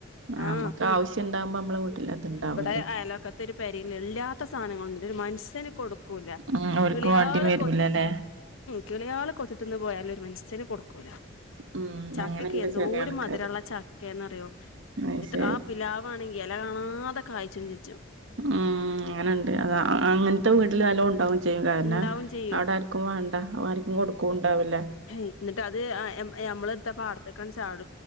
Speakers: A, on the right; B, on the left.
A: നമ്മക്ക്
B: ആഹ്
A: ആവശ്യം ഇണ്ടാവുമ്പോ നമ്മളെ വീട്ടിലത് ഇണ്ടാവൂല..
B: ഇവിടെ അയലോക്കത്തെ ഒരു ഇല്ലാത്ത സാധനങ്ങളൊന്നും ഒരു മനുഷ്യന് കൊടുക്കൂല്ല
A: ഉം. ഓൽക്ക്
B: കിളിയള്.
A: വേണ്ടി വരൂലല്ലേ?
B: ക്കിളിയള് കൊത്തിത്തുന്ന് പോയാല ഒരു മനുസ്യന് കൊടുക്കൂല.
A: ഉം.
B: ചക്കയക്കെ
A: അങ്ങനെ ഉണ്ട്
B: എന്തോ
A: ചെല
B: ഒരു
A: ആൾക്കാര്.
B: മധുരമുള്ള ചക്ക.. അോ
A: അത്
B: എത്ര
A: ശരി.
B: ആ പിിലാവാണെങ്കി ഇല കാണാതെകയ്ച്ചിക്ക്ന്..
A: ഉം അങ്ങനെുണ്ട് <unintelligible> കാരണം
B: ഉണ്ടാവും ചെയ്യും
A: അവിടെ ആർക്കും വേണ്ട ആർക്കും കൊടുക്കുംണ്ടാവില്ല.
B: ഹ് എന്നിട്ട്ത് മ്മള എടുത്ത പാടത്തൊക്കെചാട.